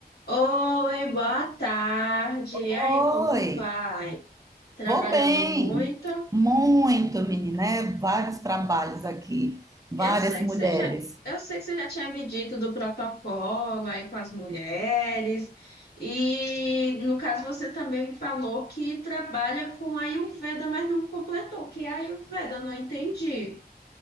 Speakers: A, on the left; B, on the right.
A: Oi, boa tarde. E
B: Oi,
A: aí, como vai? Trabalhando
B: vou bem.
A: muito?
B: Muito, menina, é vários trabalhos aqui, várias
A: Eu sei
B: mulheres.
A: que você já, eu sei que você já tinha me dito do protocolo aí com as mulheres. E no caso você também me falou que trabalha com Ayurveda, mas não completou. Que é Ayurveda? Eu não entendi.